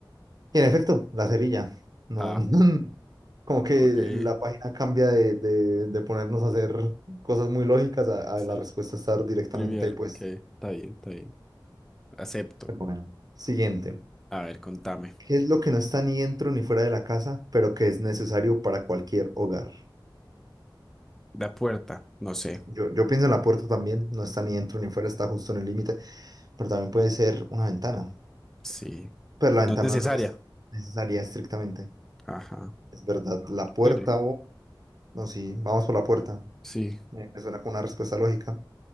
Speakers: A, on the right; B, in the centre.
A: Y en efecto, la cerilla. No,
B: Ah,
A: <laughs> no. Como que
B: ok.
A: la página cambia de, de- de ponernos a hacer cosas muy lógicas a, a
B: Sí,
A: la respuesta estar directamente
B: trivial,
A: puesta.
B: ok. Está bien, está bien. Acepto.
A: Pero bueno, siguiente.
B: A ver, contame.
A: ¿Qué es lo que no está ni dentro ni fuera de la casa, pero que es necesario para cualquier hogar?
B: La puerta, no sé.
A: Yo, yo pienso en la puerta también, no está ni dentro ni fuera, está justo en el límite, pero también puede ser una ventana.
B: Sí.
A: Pero
B: Pero
A: la ventana
B: no es necesaria.
A: no es necesaria estrictamente.
B: Ajá.
A: Es verdad, la
B: Yo
A: puerta
B: creeré.
A: o... No, sí, vamos por la puerta.
B: Sí.
A: Me, me suena con una respuesta lógica.